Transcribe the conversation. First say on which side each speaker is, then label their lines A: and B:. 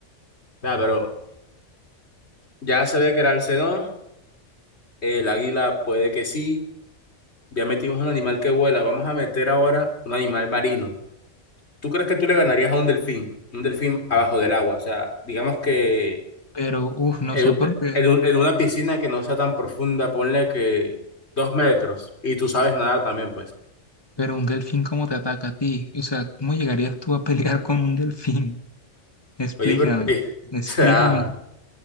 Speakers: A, on the left; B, on the left.
A: Nah, pero ya se ve que era el Alcedón, el águila puede que sí, ya metimos un animal que vuela, vamos a meter ahora un animal marino. ¿Tú crees que tú le ganarías a un delfín? Un delfín abajo del agua, o sea, digamos que
B: Pero, uf, no
A: en,
B: sé por qué,
A: en un- en una piscina que no sea tan profunda, ponle que dos metros, y tú sabes nadar también, pues.
B: pero un delfín cómo te ataca a ti. O sea, ¿cómo llegarías tú a pelear con un delfín? <laughs> Explícame,
A: Oye, pero, eh, <laughs>
B: explícame
A: o sea,